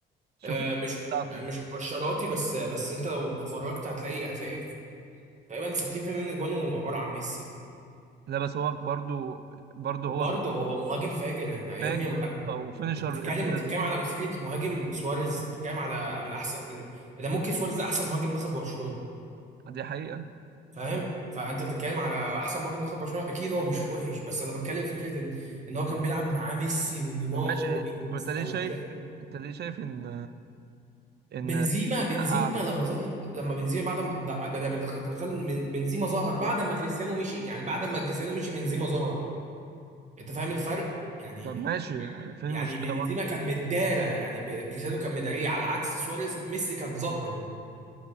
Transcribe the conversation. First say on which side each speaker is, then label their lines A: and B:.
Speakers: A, on the right (about 55°); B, on the right (about 35°).
A: شوف
B: آه مش
A: بتاعته
B: مش مقشراتي بس بس انت لو اتفرجت هتلاقي هتلاقي تقريبا 60% من اجوانه عبارة عن ميسي
A: لا بس هو برضو برضو
B: وبرضه
A: هو
B: هو مهاجم فاجر يعني
A: فاجر
B: يا ابني أنا-
A: او فينيشر
B: انت بتتكلم
A: ابن
B: بتتكلم
A: لذين
B: على مسيرة مهاجم سواريز بتتكلم على من احسن ده ممكن سواريز ده احسن مهاجم دخل برشلونة
A: دي حقيقة
B: فاهم فانت بتتكلم على احسن مهاجم دخل برشلونه اكيد هو مش وحش بس انا بتكلم فكره ان ان هو كان بيلعب معاه ميسي ونيمار
A: طب ماشي
B: وانيستا
A: طب انت ليه
B: وتشافي
A: شايف انت ليه شايف ان ان
B: بنزيما بنزيما
A: اعلى
B: لما ظهر لما بنزيما بعد ما ده ده- ده- ده- انت متخيل إن بنزيما ظهر بعد ما كريستيانو مشي يعني بعد ما كريستيانو مشي بنزيما ظهر انت فاهم الفرق يعني
A: طب ماشي يعني فين
B: يعني
A: المشكلة
B: بنزيما كان
A: برضه؟
B: مدارة يعني ب- كريستيانو كان مداريه على عكس سواريز ميسي كان ظهره